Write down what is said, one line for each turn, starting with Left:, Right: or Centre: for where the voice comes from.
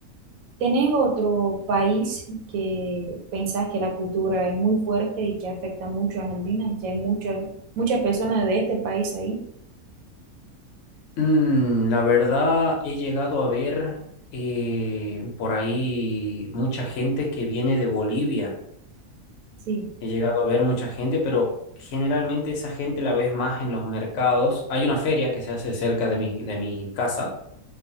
Right: ¿tenés otro país que pensás que la cultura es muy fuerte y que afecta mucho a Argentina y que hay muchas muchas personas de este país ahí?
Left: Mm, la verdad, he llegado a ver eh, por ahí mucha gente que viene de Bolivia.
Right: Sí.
Left: He llegado a ver mucha gente, pero generalmente esa gente la ves más en los mercados. Hay una feria que se hace cerca de mi, de mi casa,